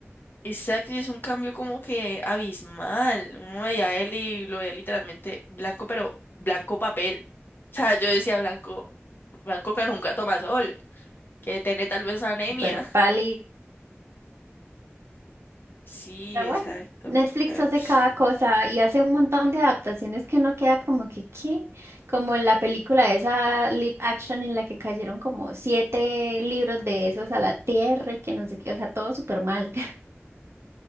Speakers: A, on the left (about 50°); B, on the right (about 70°).
A: Exacto, y es un cambio como que abismal. Uno veía a él y lo veía literalmente blanco, pero blanco papel. O sea, yo decía blanco, blanco que nunca toma sol, que tiene tal vez anemia.
B: Súper
A: <laughs>
B: pálido.
A: Sí,
B: Pero
A: exacto,
B: bueno, Netflix
A: pero
B: hace
A: pues,
B: cada cosa y hace un montón de adaptaciones que uno queda como que, ¿qué? Como en la película esa live action en la que cayeron como siete libros de esos a la tierra y que no sé qué, o sea, todo súper mal. <laughs>